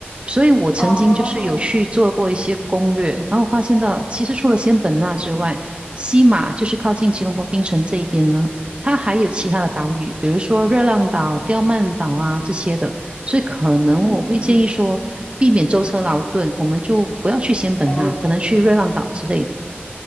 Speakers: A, on the right; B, on the left.
A: 所以我曾经就是有去做过一些攻略，
B: 哦，
A: 然后发现到其实除了仙本那之外，西马就是靠近吉隆坡槟城这一边呢，它还有其他的岛屿，比如说热浪岛、刁曼岛啊这些的，所以可能我会建议说，
B: 嗯，
A: 避免舟车劳顿，我们就不要去仙本那，
B: 还要
A: 可能去热浪岛之类的。